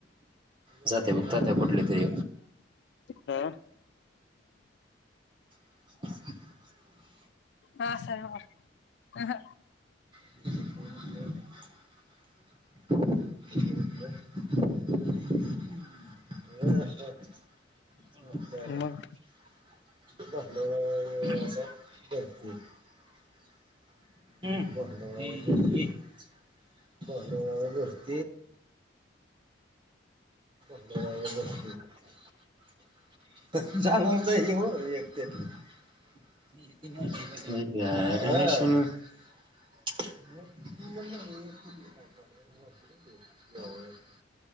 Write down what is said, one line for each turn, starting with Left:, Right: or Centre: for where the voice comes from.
Right: जाते बघत त्या बघ कुठले तरी
Left: ह
Right: <inaudible>
Left: हा सर वा अहं
Right: <unintelligible> <unintelligible> <unintelligible>
Left: मग
Right: <unintelligible> हम् <unintelligible> जा <unintelligible> <unintelligible> <unintelligible> <unintelligible>